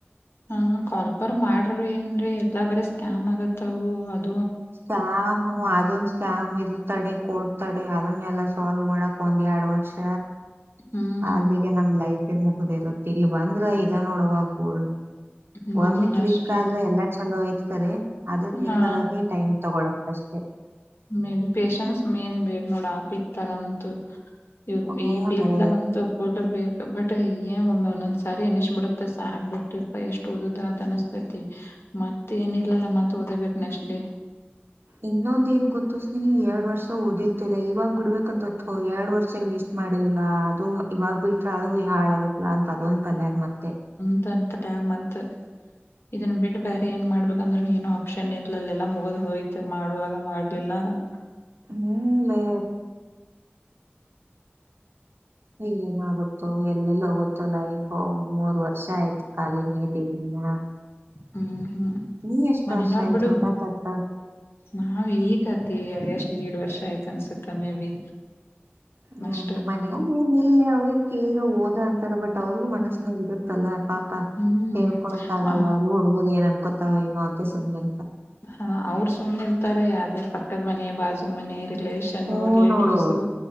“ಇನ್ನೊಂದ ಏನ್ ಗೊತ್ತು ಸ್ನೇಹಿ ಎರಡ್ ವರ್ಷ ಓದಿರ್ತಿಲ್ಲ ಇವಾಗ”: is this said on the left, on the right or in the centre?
Right